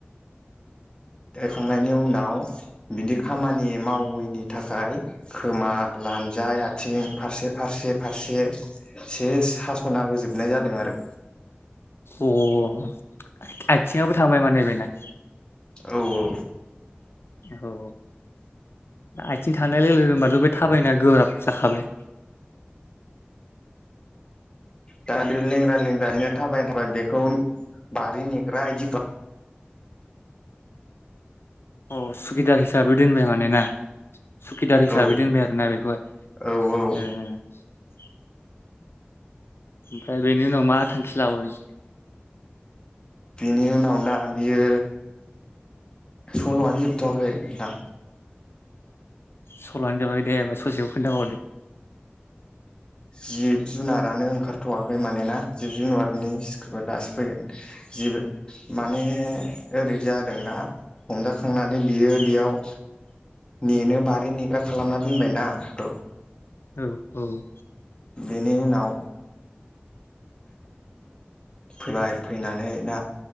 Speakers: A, on the left; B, on the left.
A: एखांनायनि उनाव बिदि खामानि मावैनि थाखाय खोमा, लानजाय, आथिं फारसे फारसे फारसे सेस हास'ना होजोबनाय जादों आरो।
B: अ आथिङाबो थांबाय माने बेना?
A: औ औ।
B: औ। आथिं थांनाय लोगो लोगो होमबाथ' बे थाबायनाया गोब्राब जाखाबाय।
A: <inaudible> दा बे लेंग्रा लेंग्रा बिनो थाबाय थाबाय बेखौ बारि नेग्रा इदि बा
B: अ सुखिदार हिसाबै दोनबाय मानोना सुखिदार
A: औ
B: हिसाबै
A: औ
B: दोनबाय आरोना बेखौहाय।
A: औ
B: ओह। ओमफ्राय बेनि उनाव मा थांखि लाबावनो
A: बेनि उनाव दा बियो। सल'आनो जोबथ'वाखै नोंथां।
B: सल'आनो जोबाखै दे होबा ससेखौ खिन्थाबावदो।
A: जिब जुनारानो ओंखारथ'वाखै मानोना जिब जुनारनि सिख्रिबो दासो फैगोन। जिबो माने ओरै जादों दा हमजाखांनानै बियो बेयाव नेनो बारि नेग्रा खालामना दोनबाय नाथ
B: औ औ
A: बेनि उनाव फैबाय फैनानै दा